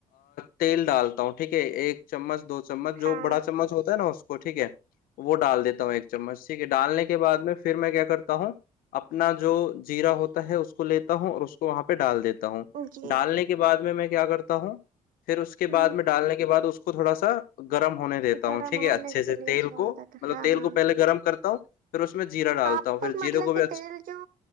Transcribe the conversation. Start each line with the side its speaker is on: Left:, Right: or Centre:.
Left: تیل ڈالتا ہوں ٹھیک ہے ایک چمچ دو چمچ جو
Right: ہاں
Left: بڑا چمچ ہوتا ہے نا اس ٹھیک ہے وہ ڈال دیتا ہوں ایک چمچ ٹھیک ہے ڈالنے کے بع میں پھر میں کیا کرتا ہوں ہ اپنا جو جیرا ہوتا ہے اس کو ل ہوں اور اس کو وہاں پہ ڈال دیتے ہوں
Right: جی
Left: ڈالنے کے بعد میں میں کیا کرتا ہوں پھر اس کے
Right: ہوں
Left: بعد میں ڈالنے کے بعد اس کو کو تھوڑا سا گرم ہونے دیتا
Right: گرم
Left: ہوں ٹھیک
Right: ہونے
Left: ہے اچھے
Right: کے
Left: سے
Right: لیے
Left: تیل
Right: چھوڑ
Left: کو
Right: دیتا
Left: مطلب
Right: ہاں
Left: تیل
Right: ہاں
Left: کو پہلے گرم کرتا ہوں پھر اس میں جیرا ڈالتا
Right: آپ
Left: ہوں پھر جیرے
Right: مطلب
Left: کو بھی
Right: کہ
Left: اچھا
Right: تیل جو